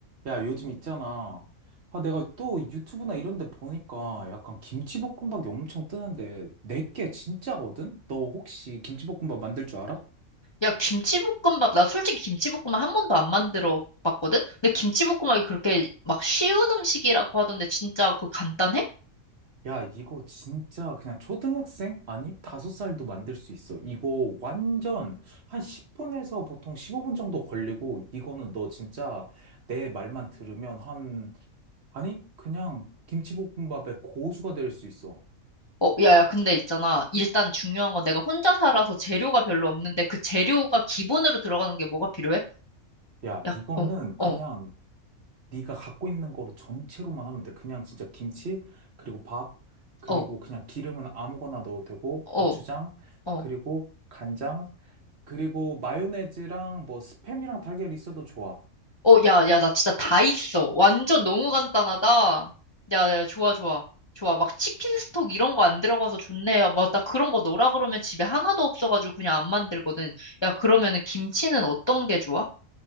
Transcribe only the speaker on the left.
야, 김치볶음밥, 나 솔직히 김치볶음밥 한 번도 안 만들어 봤거든? 근데 김치볶음밥이 그렇게 막 쉬운 음식이라고 하던데 진짜 그거 간단해?
어, 야, 야, 근데 있잖아. 일단 중요한 건 내가 혼자 살아서 재료가 별로 없는데 그 재료가 기본으로 들어가는 게 뭐가 필요해?
야,
어, 어,
어,
어,
어.
어, 야, 야, 나 진짜 다 있어. 완전 너무 간단하다. 야, 야, 좋아, 좋아. 좋아. 막 치킨 스톡 이런 거 안 들어가서 좋네요. 맞다. 그런 거 넣으라 그러면 집에 하나도 없어가지고 그냥 안 만들거든. 야, 그러면은 김치는 어떤 게 좋아?